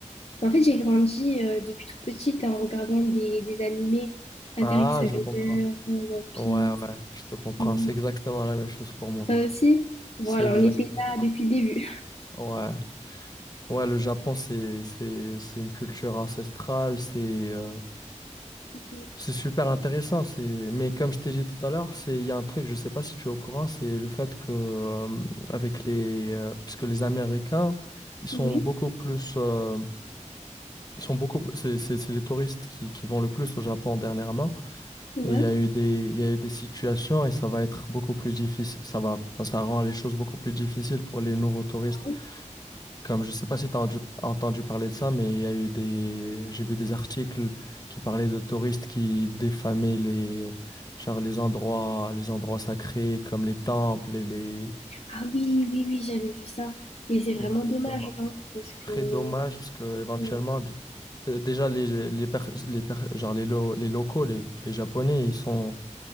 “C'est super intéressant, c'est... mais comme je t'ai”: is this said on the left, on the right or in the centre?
Left